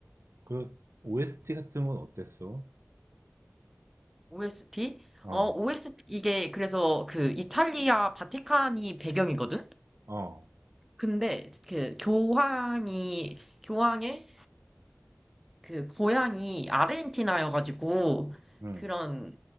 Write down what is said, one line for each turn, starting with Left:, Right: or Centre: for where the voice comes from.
Right: 그 OST 같은 건 어땠어?
Centre: OST?
Right: 어,
Centre: 어, OST, 이게 그래서 그 이탈리아 바티칸이 배경이거든?
Right: 어.
Centre: 근데 그 교황이, 교황의 그 고향이 아르헨티나여가지고
Right: 응,
Centre: 그런